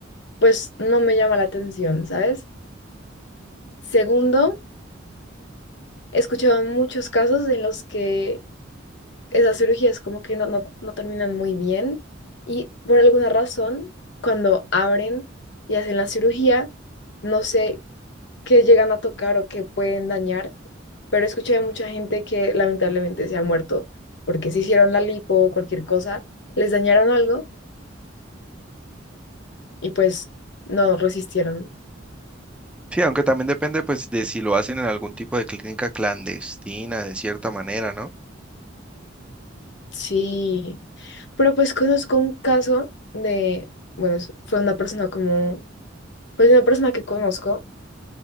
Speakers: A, on the left (about 65°); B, in the centre.
A: pues no me llama la atención, ¿sabes? Segundo, he escuchado muchos casos en los que esas cirugías como que no, no, no terminan muy bien y por alguna razón, cuando abren y hacen la cirugía, no sé qué llegan a tocar o qué pueden dañar, pero he escuchado de mucha gente que lamentablemente se ha muerto porque se hicieron la lipo o cualquier cosa, les dañaron algo y pues no resistieron.
B: Sí, aunque también depende pues de si lo hacen en algún tipo de clínica clandestina, de cierta manera, ¿no?
A: Sí, pero pues conozco un caso de, bueno, es- fue una persona como, pues una persona que conozco,